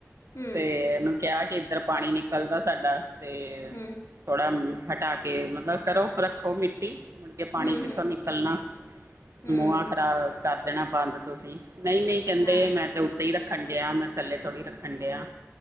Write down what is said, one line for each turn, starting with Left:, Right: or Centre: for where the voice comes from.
Left: ਹੂੰ
Right: ਤੇ ਉਨੂੰ ਕਿਆ ਕਿ ਇੱਧਰ ਪਾਣੀ ਨਿਕਲਦਾ ਸਾਡਾ ਤੇ।
Left: ਹੂੰ
Right: ਥੋੜਾ ਹਟਾ ਕੇ ਮਤਲਬ ਕਰੋ ਰੱਖੋ ਮਿੱਟੀ। ਕੇ ਪਾਣੀ
Left: ਹੂੰ
Right: ਕਿੱਥੋਂ
Left: ਹੂੰ
Right: ਨਿਕਲਣਾ
Left: ਹੂੰ
Right: ਮੂੰਹਾਂ ਖਰਾਬ ਕਰ ਦੇਣਾ ਬੰਦ ਤੁਸੀਂ ਨਈ ਨਈ। ਕੇਂਦੇ
Left: ਹਾਂ
Right: ਮੈਂ ਤੇ ਉੱਤੇ ਹੀ ਰੱਖਣ ਡਿਆ ਮੈਂ ਥੱਲੇ ਥੋੜ੍ਹੀ ਰੱਖਣ ਡਿਆ।